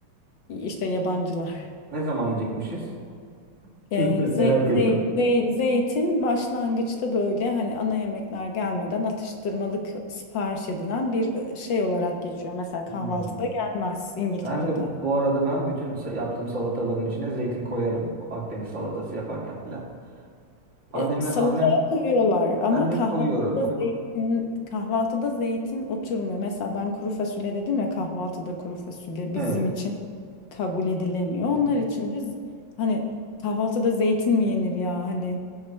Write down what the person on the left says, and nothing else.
İşte yabancılar.
Ee,
ze-
ze- ze- zeytin başlangıçta böyle hani ana yemekler gelmeden atıştırmalık sipariş edilen bir e, şey olarak geçiyor. Mesela kahvaltıda
gelmez İngiltere'de.
Ee, salataya
koyuyorlar ama
kahvaltıda
zeytin, kahvaltıda zeytin oturmuyor. Mesela ben kuru fasulye dedim ya kahvaltıda kuru fasulye
bizim için kabul edilemiyor. Onlar
için de z- hani kahvaltıda zeytin mi yenir ya hani